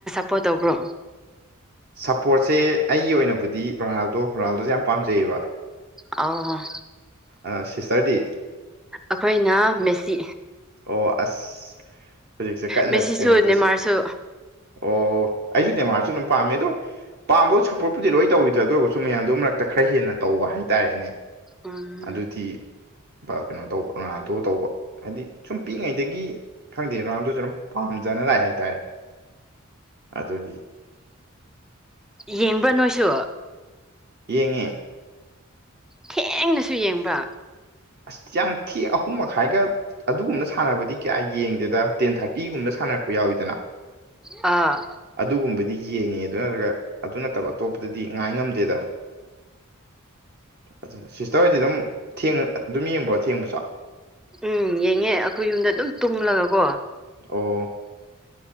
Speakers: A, in the centre; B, on the right.
A: ꯄ ꯇꯕ꯭ꯔꯣ
B: ꯁꯞꯄꯣꯔꯠꯁꯦ ꯑꯩꯒꯤ ꯑꯣꯏꯅꯕꯨꯗꯤ ꯔꯣꯅꯥꯜꯗꯣ ꯔꯣꯅꯥꯜꯗꯣꯁꯦ ꯌꯥꯝ ꯄꯥꯝꯖꯩꯑꯕ
A: ꯑ
B: ꯑ ꯁꯤꯁꯔꯇꯤ
A: ꯑꯩꯈꯣꯏꯅ ꯃꯦꯁꯤ
B: ꯑꯣ ꯑꯁ ꯍꯧꯖꯤꯛꯁꯦ ꯀꯅ
A: ꯃꯦꯁꯤꯁꯨ
B: ꯀꯩꯅꯣꯗꯁꯨ
A: ꯅꯦꯃꯥꯔꯁꯨ
B: ꯑꯣ ꯑꯩꯁꯨ ꯗꯦꯃꯥꯔꯁꯨ ꯑꯗꯨꯝ ꯄꯥꯝꯃꯦ ꯑꯗꯣ ꯄꯥꯝꯕꯗꯨ ꯁꯞꯄꯣꯔꯠꯄꯨꯗꯤ ꯂꯣꯏ ꯇꯧꯤꯗ꯭ꯔꯥ ꯑꯗꯨ ꯑꯣꯏꯔꯒꯁꯨ ꯃꯌꯥꯝꯗꯨ ꯃꯔꯛꯇ ꯈꯔ ꯍꯦꯟꯅ ꯇꯧꯕ ꯍꯥꯏꯇꯥꯔꯦꯅꯦ
A: ꯎꯝ
B: ꯑꯗꯨꯗꯤ ꯀꯩꯅꯣ ꯇꯧꯕ ꯔꯣꯅꯥꯇꯣ ꯇꯧꯕ ꯍꯥꯏꯗꯤ ꯁꯨꯝ ꯄꯤꯛꯏꯉꯩꯗꯒꯤ ꯈꯪꯗꯦ ꯔꯣꯅꯥꯥꯜꯗꯨꯁꯨ ꯑꯗꯨꯝ ꯄꯥꯝꯖꯅ ꯂꯥꯛꯑꯦ ꯍꯥꯏꯇꯥꯔꯦ ꯑꯒꯤ
A: ꯌꯦꯡꯕ ꯅꯣꯏꯁꯨ
B: ꯌꯦꯡꯉ
A: ꯊꯦꯡꯅꯁꯨ ꯌꯦꯡꯕ
B: ꯑꯁ ꯌꯥꯝ ꯊꯤ ꯑꯍꯨꯝ ꯃꯈꯥꯏꯒ ꯑꯗꯨꯒꯨꯝꯅ ꯁꯥꯟꯅꯕꯗꯤ ꯀꯌꯥ ꯌꯦꯡꯗꯦꯗ ꯇꯦꯟ ꯊꯥꯔꯇꯤꯒꯨꯝꯕ ꯁꯥꯟꯅꯔꯛꯄ ꯌꯥꯎꯋꯤꯗꯅ
A: ꯑꯥ
B: ꯑꯗꯨꯒꯨꯝꯕꯗꯤ ꯌꯦꯡꯉꯦ ꯑꯗꯨ ꯅꯠꯇ꯭ꯔꯒ ꯑꯗꯨ ꯅꯠꯇꯕ ꯑꯇꯣꯞꯄꯗꯗꯤ ꯉꯥꯏ ꯉꯝꯗꯦꯗ ꯑꯗꯨ ꯁꯤꯁꯇꯔ ꯍꯗꯤ ꯑꯗꯨꯝ ꯑꯗꯨꯝ ꯌꯦꯡꯕ꯭ꯔꯣ ꯊꯦꯡꯕꯁꯨ
A: ꯎꯝ ꯌꯦꯡꯉꯦ ꯑꯩꯈꯣꯏ ꯌꯨꯝꯗ ꯑꯗꯨꯝ ꯇꯨꯝꯂꯒꯀꯣ
B: ꯑꯣ